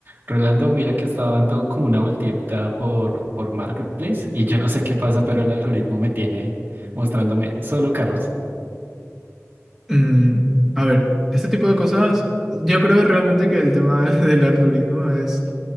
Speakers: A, on the right; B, in the centre.
A: Rolando, mira que estaba dando como una vueltita por, por Marketplace y yo no sé qué pasa, pero el algoritmo me tiene mostrándome solo carros.
B: Mm, a ver, este tipo de cosas, yo creo realmente que el tema <laughs> del algoritmo es,